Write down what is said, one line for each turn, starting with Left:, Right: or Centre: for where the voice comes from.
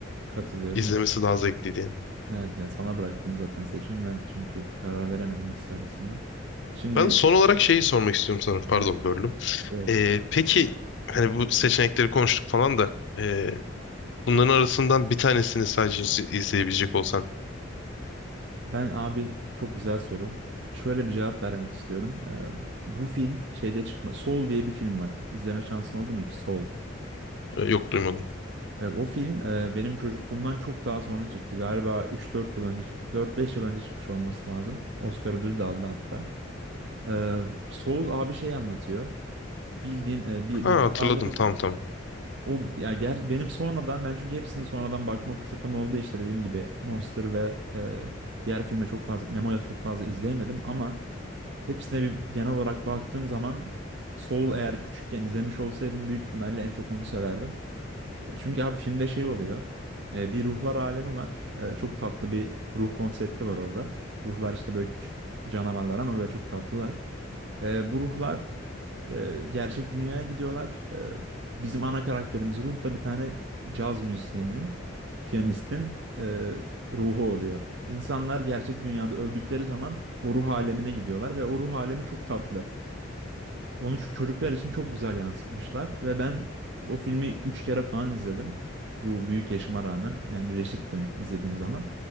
Right: Katılıyorum
Left: İzlemesi
Right: zaten.
Left: daha zevkli diye.
Right: Evet, yani sana bıraktım zaten seçimi ben çünkü karar veremedim ikisi arasında. Şimdi
Left: Ben son olarak şeyi sormak istiyorum sana. Pardon,
Right: Heh,
Left: böldüm.
Right: evet
Left: Ee, peki hani bu seçenekleri konuştuk falan da ee, bunların arasından bir tanesini sadece iz- izleyebilecek olsan
Right: Ben abi çok güzel soru. Şöyle bir cevap vermek istiyorum. Ee, bu film şeyde çıkma. Soul diye bir film var. İzleme şansın oldu mu hiç? Soul.
Left: Ee, yok duymadım.
Right: Ee, o film e, benim çocukluğumdan çok daha sonra çıktı. Galiba 3-4 yıl önce, 4-5 yıl önce çıkmış olması lazım. Oscar ödülü de aldı hatta. Ee, Soul abi şey anlatıyor. Bildiğin e, bir
Left: Ha
Right: ruhlar
Left: hatırladım
Right: alemi
Left: tamam
Right: var.
Left: tamam.
Right: O ya ger benim sonradan ben çünkü hepsini sonradan bakma fırsatım oldu. İşte dediğim gibi Monster ve e, diğer filme çok fazla Nemo'ya çok fazla izleyemedim ama Hepsine bir genel olarak baktığım zaman Soul eğer küçükken izlemiş olsaydım büyük ihtimalle en çok onu severdim. Çünkü abi filmde şey oluyor. E, Bir ruhlar alemi var. E, Çok tatlı bir ruh konsepti var orada. Ruhlar işte böyle küçük canavarlar ama böyle çok tatlılar. E, Bu ruhlar e, gerçek dünyaya gidiyorlar. E, bizim ana karakterimiz Ruh da bir tane caz müzisyeninin, piyanistin e, ruhu oluyor. İnsanlar gerçek dünyada öldükleri zaman o ruh alemine gidiyorlar ve o ruh alemi çok tatlı. Onu şu çocuklar için çok güzel yansıtmışlar ve ben o filmi 3 kere falan izledim. Bu büyük yaşıma rağmen yani reşittim izlediğim zaman.